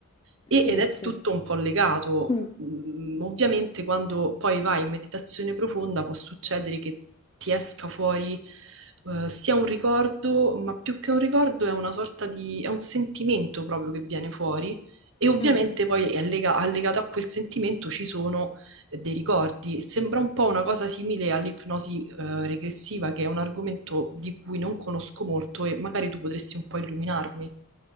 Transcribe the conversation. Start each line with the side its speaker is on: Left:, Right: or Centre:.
Right: E-
Left: Sì,
Right: ed è
Left: sì.
Right: tutto un po' legato.
Left: Mm.
Right: Mm, Ovviamente quando poi vai in meditazione profonda può succedere che ti esca fuori eh, sia un ricordo, ma più che un ricordo è una sorta di, è un sentimento proprio che viene fuori e ovviamente
Left: Mm.
Right: poi è allega- allegato a quel sentimento ci sono eh, dei ricordi. Sembra un po' una cosa simile all'ipnosi eh, regressiva, che è un argomento di cui non conosco molto e magari tu potresti un po' illuminarmi.